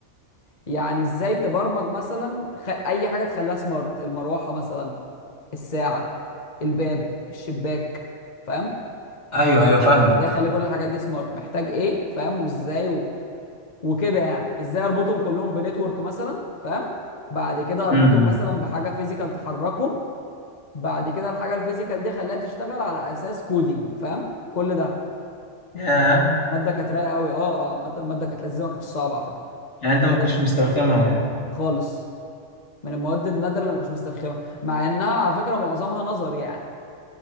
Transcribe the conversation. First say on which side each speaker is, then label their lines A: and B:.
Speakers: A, on the left; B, on the left.
A: يعني ازاي تبرمج مثلا خ... اي حاجه تخليها سمارت المروحه مثلا الساعه الباب الشباك فاهم
B: ايوه ايوه فاهمك
A: ازاي اخلي كل الحاجات دي سمارت محتاج ايه فاهم وازاي و... وكده يعني ازاي اربطهم كلهم بنتورك مثلا فاهم بعد كده اربطهم
B: امم
A: مثلا بحاجه فيزيكال تحركهم بعد كده الحاجه الفيزيكال دي خلاها تشتغل على اساس كودينج فاهم كل ده
B: ياه
A: ماده كانت رايقه قوي اه اه عامه الماده كانت لذيذه ما كانتش صعبه على فكره
B: يعني انت ما كنتش مسترخمها يعني
A: خالص من المواد النادره اللي ما كنتش مسترخمه مع انها على فكره معظمها نظري يعني